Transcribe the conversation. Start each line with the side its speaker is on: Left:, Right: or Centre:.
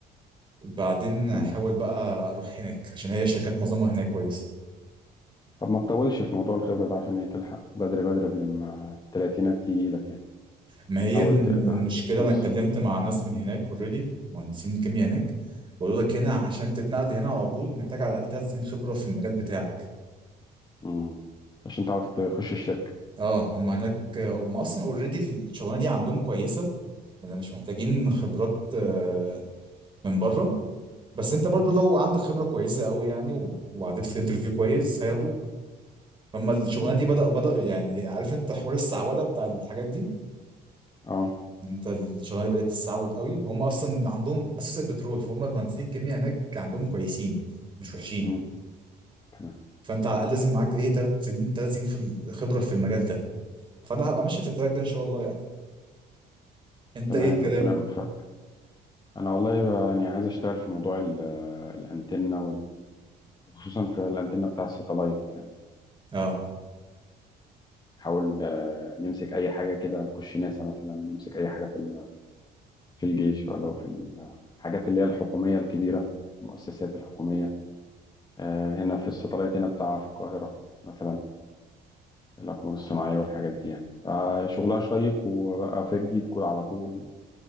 Right: بعدين
Left: تمام
Right: حاول بقى اروح هناك عشان هي شركات معظمها هناك كويسه
Left: طب ما تطولش في موضوع الخبرة ده عشان ايه تلحق بدري بدري قبل ما التلاتينات تيجي لك يعني
Right: ما هي
Left: حاول
Right: الم-
Left: تقدر
Right: المشكله
Left: توصل
Right: انا اتكلمت مع ناس من هناك اوريدي مهندسين كيمياء هناك بقول لك هنا عشان تتنقل هنا على طول محتاج على الاقل ثلاث سنين خبره في المجال بتاعك
Left: مم. عشان تعرف تخش الشركة
Right: اه هم هناك هم اصلا اوريدي الشغلانه دي عندهم كويسه يعني مش محتاجين خبرات آه، من بره بس انت برضو لو عندك خبره كويسه قوي يعني و- وعديت في الانترفيو كويس هياخدوك هم الشغلانه
Left: تمام
Right: دي بدأ بدأ يعني عارف انت حوار السعوده بتاع الحاجات دي
Left: اه
Right: انت الشغلانه بدات تستعود قوي هم اصلا عندهم اساس البترول فهم المهندسين الكيمياء هناك عندهم كويسين مش وحشين
Left: مم. تمام
Right: فانت على الاقل لازم معاك ايه ثلاث سنين ثلاث سنين في الخبره في المجال ده فانا هبقى ماشي في التراك ده ان شاء الله يعني انت
Left: تمام
Right: ايه الكلام
Left: ربنا يوفقك انا والله بقى يعني عايز اشتغل في موضوع ال- الانتنة وال... وخصوصا في الانتنة بتاع الساتلايت يعني
Right: اه
Left: نحاول آه، نمسك اي حاجه كده نخش ناسا مثلا نمسك اي حاجه في ال- في الجيش ولا في ال- الحاجات اللي هي الحكوميه الكبيره المؤسسات الحكوميه آه، هنا في الساتلايت هنا بتاع في القاهره مثلا الاقمار الصناعيه والحاجات دي يعني فشغلها شيق وبقى في جديد كل على طول